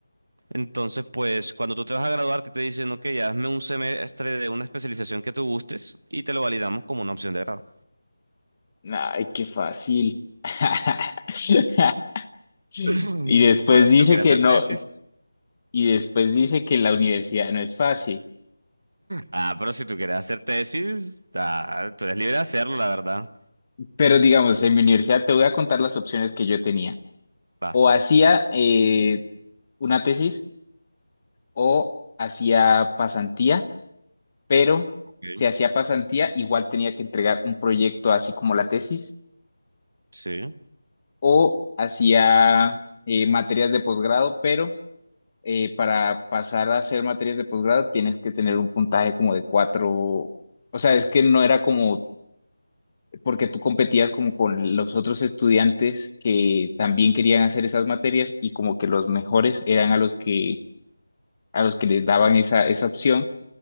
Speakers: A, on the right; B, on the left.
A: Entonces, pues cuando tú te vas a graduarte te te dicen, ok, hazme un semestre de una especialización que tú gustes y te lo validamos como una opción de grado.
B: ay, qué fácil. <laughs>
A: <laughs> Mm.
B: Y después
A: Bueno, si
B: dice
A: tú quieres
B: que
A: hacer
B: no,
A: tesis.
B: y después dice que la universidad no es fácil.
A: Ah, pero si tú quieres hacer tesis, ah, tú eres libre de hacerlo, la verdad.
B: Pero digamos, en mi universidad te voy a contar las opciones que yo tenía.
A: Va,
B: O hacía eh, una tesis o hacía pasantía pero
A: Ok.
B: si hacía pasantía, igual tenía que entregar un proyecto así como la tesis
A: sí.
B: o hacía eh, materias de posgrado, pero eh, para pasar a hacer materias de posgrado tienes que tener un puntaje como de cuatro, o sea, es que no era como, porque tú competías como con los otros estudiantes que también querían hacer esas materias y como que los mejores eran a los que, a los que les daban esa, esa opción